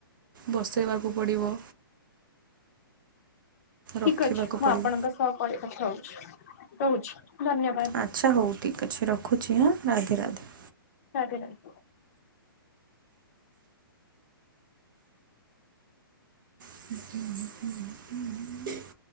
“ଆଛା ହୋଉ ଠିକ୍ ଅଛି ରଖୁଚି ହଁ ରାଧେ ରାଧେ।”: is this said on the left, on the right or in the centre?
Right